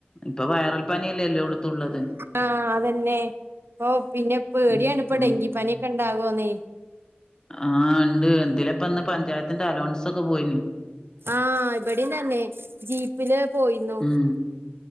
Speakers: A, on the left; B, on the right.
A: ഇപ്പൊ വയറൽ പനല്ലേല്ലോ യെല്ലോടുത്തുള്ളത്
B: ആഹ അ തന്നെ ഇപ്പൊ പിന്നെ പേടിയാണ്
A: ഉം
B: ഇപ്പോ
A: ഉം
B: ഡെങ്കി പനിയൊക്കെ ഉണ്ടാകുവോന്നേ
A: ആഹ് ഉണ്ട് എന്തില ഇപ്പ ഇന്ന് പഞ്ചായത്തിന്റെ അലോൻസ ഒക്കെ പോയിന്
B: ആഹ് ഇവിടെന്നന്നെ ജീ ഇതില് പോയിരുന്നു
A: ഉം